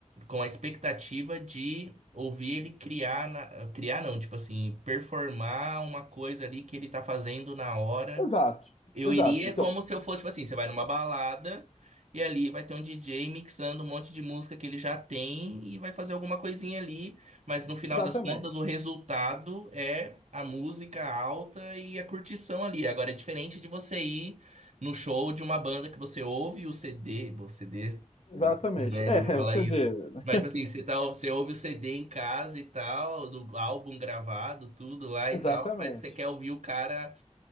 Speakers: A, on the right; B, on the left.
A: com a expectativa de ouvir ele criar na- criar não, tipo assim, performar uma coisa ali que ele tá fazendo na hora.
B: Exato,
A: Eu
B: exato.
A: iria
B: Então,
A: como se eu fosse, tipo assim, você vai numa balada e ali vai ter um DJ mixando um monte de música que ele já tem e vai fazer alguma coisinha ali, mas no final
B: exatamente.
A: das contas o resultado é a música alta e a curtição ali. Agora é diferente de você ir no show de uma banda que você ouve o CD, bom, CD,
B: Exatamente.
A: eu- o velho
B: É,
A: fala
B: é o CD.
A: isso.
B: né?
A: Mas tipo assim, você, tá, você ouve o CD em casa e tal, do álbum gravado, tudo lá e
B: Exatamente.
A: tal, mas você quer ouvir o cara